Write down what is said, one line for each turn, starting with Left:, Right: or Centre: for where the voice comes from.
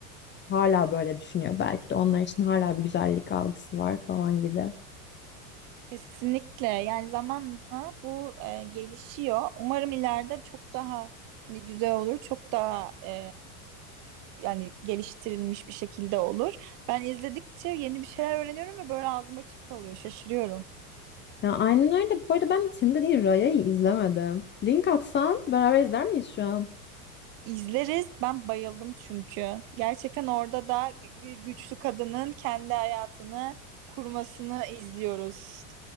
Left: hala böyle düşünüyor. Belki de onlar için hala bir güzellik algısı var falan gibi.
Right: Kesinlikle yani zamanla bu e, gelişiyor. Umarım ileride çok daha hani güzel olur, çok daha e, yani geliştirilmiş bir şekilde olur. Ben izledikçe yeni bir şeyler öğreniyorum ve böyle ağzım açık kalıyor, şaşırıyorum.
Left: Ya aynen öyle. Bu arada ben senin dediğin Raya'yı izlemedim. Link atsan beraber izler miyiz şu an?
Right: İzleriz, ben bayıldım çünkü. Gerçekten orada da bir güçlü kadının kendi hayatını kurmasını izliyoruz.